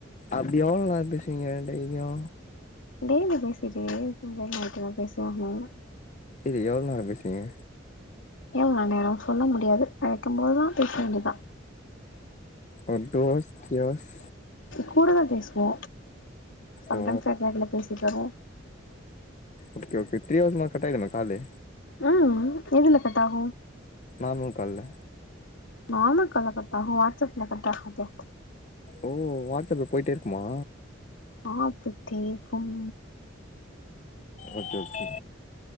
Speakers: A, on the left (about 40°); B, on the left (about 80°).
A: அப்டி எவ்ளோ நேர பேசுவீங்க டெய்லியு
B: டெய்லி பேசிட்டே இருப்பாங்க நைட்டெல்லா பேசுவாங்க
A: இது எவ்ள நேர பேசுவீங்க
B: எவ்ள நேர சொல்ல முடியாது அழைக்கம் போதா பேச வேண்டிதா
A: ஒரு டு அவர்ஸ் த்ரீ அவர்ஸ்
B: கூடவே பேசுவோ சம்
A: ஓ
B: டைம்ஸ் யார்டையாது எதா பேசிடனா
A: ஓகே ஓகே த்ரி அவர்ஸ் மேல கட்டாயிடுமா காலு
B: ம் எதுல கட்டாகு
A: நாமூக்கால்ல
B: நார்மல் கால்ல கட் ஆகல வாட்ஸ்அப்ல கட் ஆகுது
A: ஓ வாட்ஸ்அப்ல பொயிட்டே இருக்குமா
B: ஆ பொய்ட்டே இருக்கும்
A: ஓகே ஓகே